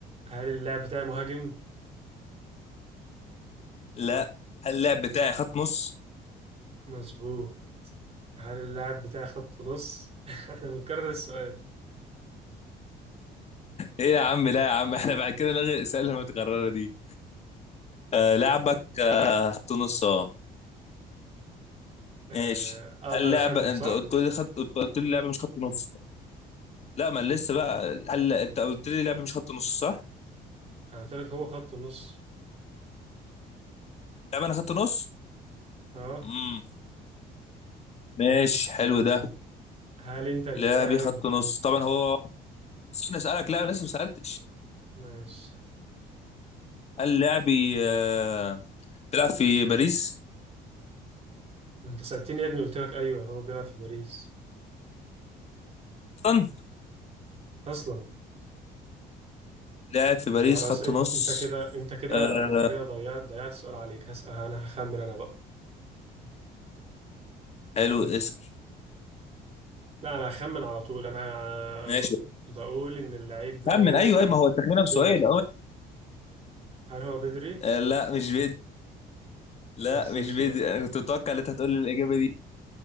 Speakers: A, on the right (about 35°); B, on the left (about 40°).
A: هل اللاعب بتاعي مهاجم
B: لا هل اللعب بتاعي خط نص
A: مظبوط هل اللاعب بتاعي خط نص؟ <laughs> احنا بنكرر السؤال
B: ايه يا عم لا يا عم احنا بعد كده نلغي الاسئله المتكرره دي آه لعبك آه خط نص اه
A: آه،
B: ماشي
A: اقدر
B: هل لعبه
A: اخمن صح؟
B: انت قلت لي خط قلت قلت لي لعبه مش خط نص لا ما أنا لسه بقى هل انت قلت لي لعبه مش خط نص صح
A: انا قلت لك هو خط النص
B: لعبه انا خط نص
A: اه
B: امم ماشي حلو ده
A: هل انت اللاعب
B: لعبي خط نص طبعا هو نسينا اسالك لا لسه ما سالتش
A: ماشي
B: هل لعبي آه بيلعب في باريس
A: ما انت سألتني يا ابني قلت لك ايوه هو بيلعب في باريس
B: اصلا
A: اصلا
B: لاعب في باريس
A: خلاص
B: خط
A: انت
B: نص
A: انت كده انت كده
B: آه
A: انت كده ضيعت ضيعت سؤال عليك هسأل انا هخمن انا بقى
B: حلو اسال
A: لا انا هخمن على طول انا
B: ماشي
A: بقول ان اللعيب ده
B: خمن
A: هو
B: ايوه أيوة، ما هو التخمينه
A: بدري
B: بسؤال
A: هل هو بدري؟
B: آه، لا مش بدي لا
A: ما تهزرش
B: مش بدي
A: بقى
B: انا كنت متوقع ان انت هتقول لي الاجابه دي